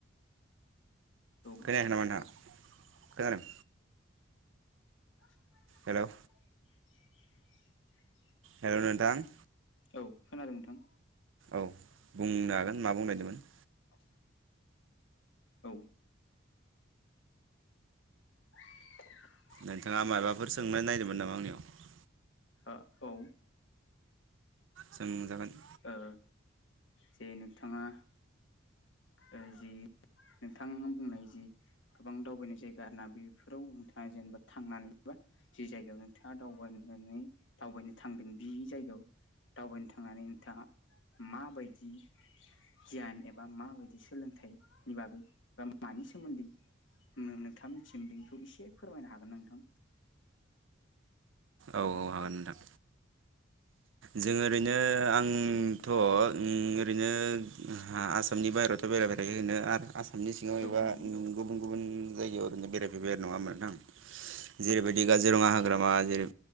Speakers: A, on the left (about 75°); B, on the right (about 80°).
A: औ
B: खोनायाखै नामा नोंथाङा खोनादों
A: <unintelligible>
B: हेल'
A: <unintelligible>
B: हेल' नोंथां
A: औ खोनादों नोंथां
B: औ बुंनो हागोन मा बुंनोनागीरदोंमोन
A: औ औ <inaudible>
B: नोंथाङा माबाफोर सोंनो नायदोंमोन नामा आंनियाव
A: हा औ
B: सोंजागोन
A: ओ जे नोंथाङा ओ जि नोंथाङा बुंनाय जि गोबां दावबायनाय जायगा ना बेफोराव नोंथाङा जेनेबा थांनानैबो जे जायगायाव नोंथाङा दावबायनानै दावबायनो थांदों बे जायगायाव दावबायनो थांनानै नोंथाङा माबायदि गियान एबा मा बायदि सोलोंथाइनि बागै बा मानि सोमोन्दै ओ नोंथांनि थिम बेनखौ एसे फोरमायनो हागोन नोंथां
B: औ औ हागोन नोंथां जों ओरैनो आं ओ थ' ओ ओरैनो हा आसामनि बाहेरायावथ' बेरायबाय थायो होनो आरो सामनिसिङाव
A: औ
B: एबा
A: नंगौ
B: गुबुन गुबुन जायगायाव ओरैनो बेरायफैबाय आरो नङामोनथां जेरैबायदि काजिरङा हाग्रामा जेरै